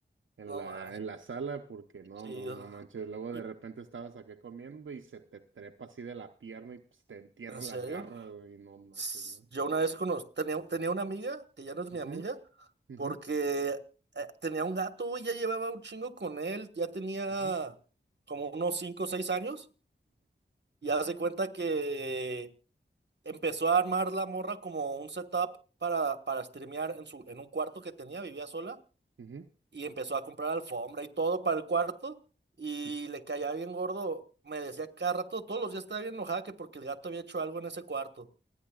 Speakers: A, on the right; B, on the right.
A: en
B: No
A: la,
B: más,
A: en la sala, porque no,
B: chido.
A: no, no manches. Luego
B: ¿Y
A: de repente estabas acá comiendo y se te trepa así de la pierna y pues, te entierra
B: en
A: las
B: serio?
A: garras güey, y no manches,
B: S-
A: ¿no?
B: Yo una vez conoz- tenía, tenía una amiga, que ya no es mi
A: Ujú,
B: amiga,
A: ujú,
B: porque eh, tenía un gato y ya llevaba un chingo con él, ya tenía
A: ujú,
B: como unos 5 o 6 años, y hace cuenta que empezó a armar la morra como un setup para, para streamear en su, en un cuarto que tenía, vivía sola,
A: ujú,
B: y empezó a comprar alfombra y todo para el cuarto, y
A: ujú,
B: le caía bien gordo, me decía cada rato, todos los días estaba bien enojada que porque el gato había hecho algo en ese cuarto